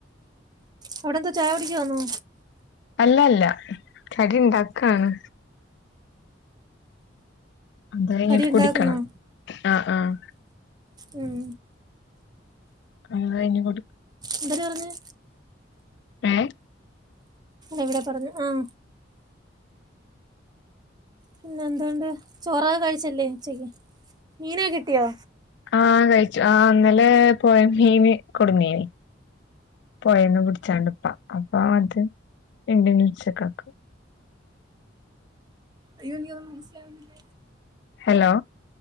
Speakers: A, on the right; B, on the left.
A: അവിടെ എന്താ ചായ കുടിക്കുവാന്നോ?
B: അല്ലല്ല കടി ണ്ടാക്കാണ്. അത് കഴിഞ്ഞിട്ട്
A: കടി
B: കുടിക്കണം
A: ഉണ്ടാക്കുന്നോ
B: ആഹ ആഹ
A: ഉം.
B: അത് കഴിഞ്ഞു
A: എന്തര് പറഞ്ഞു
B: ഏഹ.
A: എവിടെ പറഞ്ഞു ആഹ. പിന്നെ എന്തണ്ട് ചോറകെ കഴിച്ചല്ലേ ഇച്ചക്ക് മീനോക്കെ കിട്ടിയോ?
B: ആഹ കഴിച്ചു ആ അന്നലെ പോയ മീനി കൊടു മീനു. പോയേന്ന് പിടിച്ചാണ്ട്പ്പാ അപ്പൊ അത് എണ്ണ്ട് ച്ചകൊകെ.
A: അയ്യോ എനിക്ക് ഒന്നും മനസിലാ വുന്നില്ല.
B: ഹലോ.